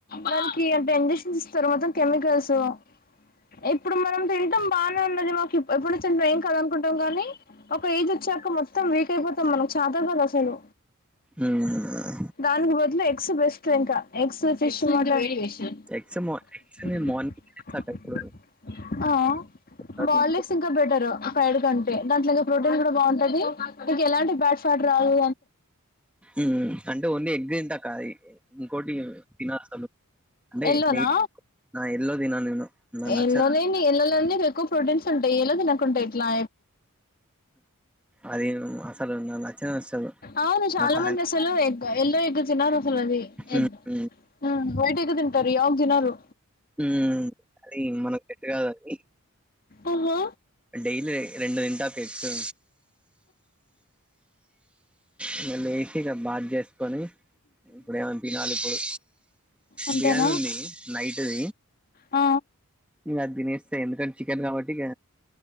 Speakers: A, on the left; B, in the centre.
A: దానికి అంటే ఇంజక్షన్స్ ఇస్తారు మొత్తం కెమికల్స్ సో <unintelligible> ఇప్పుడు మనం తిినాం బానే ఉన్నది మాకు ఎప్పుడు వచ్చిన్ర ఏం కదా కుంటాం కానీ ఒక ఏజ్ వచ్చాక మొత్తం వీక్ అయిపోతాం మనం చాతా కాదు అసలు
B: ఉమ్.
A: దానికి ఎగ్స్ బెస్ట్ ఇంకా ఎ సో ఫ మలో వడివషన్
B: ఎగ్స్ ఎగ్స్
A: <unintelligible>
B: నేను మార్నింగ్ తింటాక ఎప్పుడు
A: ఆ
B: కూడా
A: బాయిల్డ్
B: తింటా.
A: ఎగ్స్ ఇంకా బెటర్ ఫ్రైడ్ కంటే దాంట్లో ఇంకా ప్రోటీన్ కూడా బాగుంటది ఇంక ఎలాంటి బ్యాడ్ ఫ్యాట్ రావు
B: ఉం అంటే ఓన్లీ ఎగ్ తింటా అక్క ఇంకోటి తిన అసలు అంటే
A: ఎల్లోనా
B: డైట్ నా ఎల్లో తినను నేను న నచ్చ
A: ఎల్లోనేని ఎక్కువ ప్రోటీన్స్ ఉంటాయి ఎల్లో తినకుంటే ఎట్లా
B: అది ను అసలు నచ్చనే నచ్చదు
A: అవును చాలా
B: మా ఫ్యాన్
A: మంది అసలు ఎల్లో ఎగ్ తినాలి అసలు అది ఎగ్
B: ఉమ్. ఉమ్.
A: ఉం వైట్ ఎగ్ తింటారు ఎవరు తినరు
B: ఉం అది మనకు సెట్ కాదండి
A: ఓహో
B: డైలీ రెండు తింటా పెచ్చు ఇంగ లేచి ఇగ బాత్ చేసుకొని ఇప్పుడు ఏమనా తినాలి ఇప్పుడు
A: అంతేనా
B: బిర్యానీ ఉంది నైట్ది
A: ఆ
B: ఇంగ అది తినేస్తా ఎందుకంటే చికెన్ కాబట్టి ఇగ